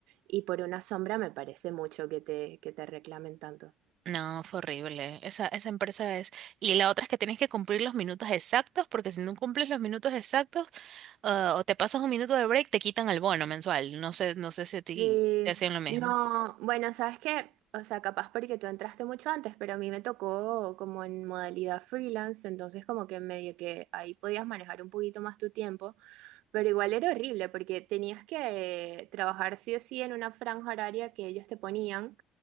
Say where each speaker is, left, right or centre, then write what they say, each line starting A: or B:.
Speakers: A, on the right; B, on the right.
A: y por una sombra me parece mucho que te, que te reclamen tanto.
B: No, fue horrible. Esa, esa empresa es... Y la otra es que tienes que cumplir los minutos exactos, porque si no cumples los minutos exactos, ah, o te pasas un minuto de break, te quitan el bono mensual. No sé, no sé si a ti
A: Sí,
B: te hacían lo mismo.
A: no, bueno, sabes que, o sea, capaz porque tú entraste mucho antes, pero a mí me tocó como en modalidad freelance, entonces como que medio que ahí podías manejar un poquito más tu tiempo, pero igual era horrible porque tenías que eh, trabajar sí o sí en una franja horaria que ellos te ponían,